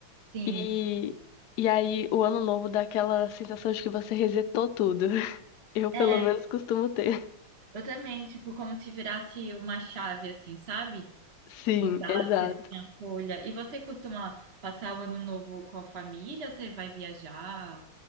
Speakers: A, on the right (about 35°); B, on the left (about 75°).
A: sim.
B: E, e aí o Ano Novo dá aquela sensação de que você resetou tudo. <laughs> Eu, pelo
A: É,
B: menos, costumo ter.
A: eu também, tipo, como se virasse uma chave assim, sabe?
B: Sim,
A: Mudasse
B: exato.
A: assim a folha. E você costuma passar o ano novo com a família? Ou você vai viajar?